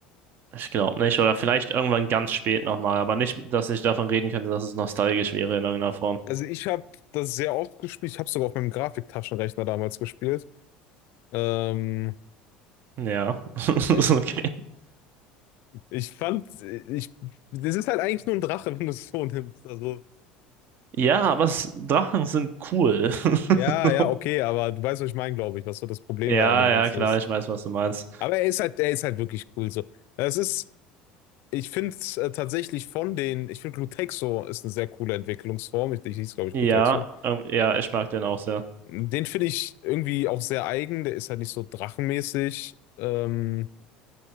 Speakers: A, on the right; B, on the left.
A: Ich glaube nicht. Oder vielleicht irgendwann ganz spät nochmal. Aber nicht, dass ich davon reden könnte, dass es nostalgisch wäre in irgendeiner Form.
B: Also ich habe das sehr oft gespielt. Ich habe sogar auf meinem Grafiktaschenrechner damals gespielt. Ähm,
A: Ja, <laughs> ist
B: ich,
A: okay.
B: ich fand, ich, das ist halt eigentlich nur ein Drache, wenn du es so nimmst. Also,
A: Ja, aber es, Drachen sind cool. <laughs>
B: ja, ja, okay, aber du weißt, was ich meine, glaube ich, was so das Problem
A: Ja,
B: da an dem Ganzen
A: ja, klar,
B: ist.
A: ich weiß, was du meinst.
B: Aber er ist halt, er ist halt wirklich cool so. Es ist Ich finde es äh, tatsächlich von den, ich finde Glutexo ist eine sehr coole Entwicklungsform. Ich, die hieß, glaube ich,
A: Ja,
B: Glutexo.
A: ähm, ja, ich mag den auch sehr.
B: Den finde ich irgendwie auch sehr eigen. Der ist halt nicht so drachenmäßig. Ähm,